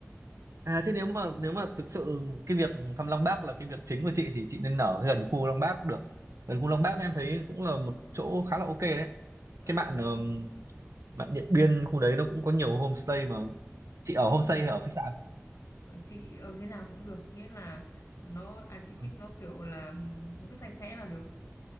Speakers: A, on the right (about 75°); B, on the left (about 75°).
A: À thế nếu mà nếu mà thực sự cái việc thăm Lăng Bác là cái việc chính của chị thì chị nên ở gần khu Lăng Bác được. Gần khu Lăng Bác em thấy cũng là một chỗ khá là ok đấy.
B: Ờ,
A: Cái bạn ừm,
B: ừ.
A: bạn Điện Biên khu đấy nó cũng có nhiều homestay mà chị ở
B: à,
A: homestay hay ở khách sạn?
B: ờ, chị ở thế nào cũng được miễn là nó à chị thích
A: Ừ,
B: nó kiểu là ừm, cứ sạch sẽ là được.